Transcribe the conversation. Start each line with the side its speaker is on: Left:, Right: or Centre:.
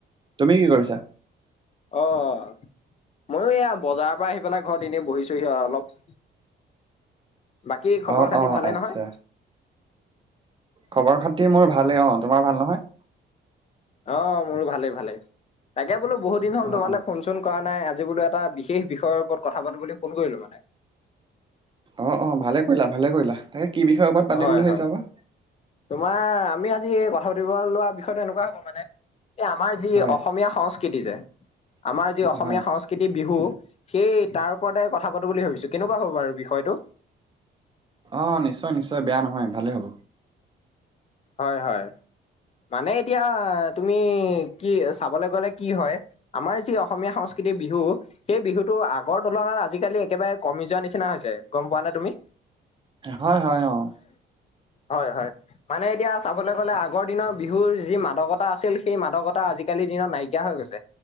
Right: তুমি কি কৰিছা?
Left: অ', মইো এয়া বজাৰৰ পৰা আহি পেলাই ঘৰত এনেই বহিছোহি অলপ। বাকী খবৰ
Right: অ',
Left: খাতি
Right: অ',
Left: ভালে
Right: আচ্ছা।
Left: নহয়
Right: খবৰ খাতি মোৰ ভালে অ, তোমাৰ ভাল নহয়?
Left: অ', মোৰো ভালেই ভালেই তাকে বোলো বহুত দিন হ'ল
Right: অ
Left: তোমালে
Right: অ
Left: ফোন কৰা নাই আজি বো এটা বিশেষ বিষয়ৰ ওপৰত কথা পাতোব বুলি ফোন কৰিলো মানে।
Right: অ', অ', ভালে কৰিলা ভালে কৰিলা তাকে কি বিষয়ে ওবৰত পাতিম
Left: হয়
Right: বুলি ভাবিছা
Left: হয়
Right: বা?
Left: তোমাৰ আমি আজি কথা পাতিব লোৱা বিষয়তো এনেকুৱা হ'ব মানে এই আমাৰ যি
Right: হয়
Left: অসমীয়া সংস্কৃতি যে আমাৰ যি অসমীয়া
Right: অ হয়
Left: সংস্কৃতি বিহু সেই তাৰ ওপৰতে কথা পাতো বুলি ভাবিছো কেনেকুৱা হ'ব বাৰু বিষয়টো।
Right: অ, নিশ্চয়-নিশ্চয় বেয়া নহয় ভালেই হ'ব।
Left: হয়-হয় মানে এতিয়া তুমি কি চাবলে গলে কি হয়। আমাৰ যি অসমীয়া সংস্কৃতিৰ বিহু সেই বিহুতটো আগৰ তুলনাত আজিকালি একেবাৰে কমি যোৱা নিচিনা হৈছে গম পোৱা নে তুমি।
Right: হয়-হয় অ,
Left: হয়-হয়। মানে এতিয়া চাবলৈ গ'লে আগৰ দিনৰ বিহুৰ যি মাদকতা আছিল সেই মাদকতা আজিকালিৰ দিনত নাইকিয়া হৈ গৈছে।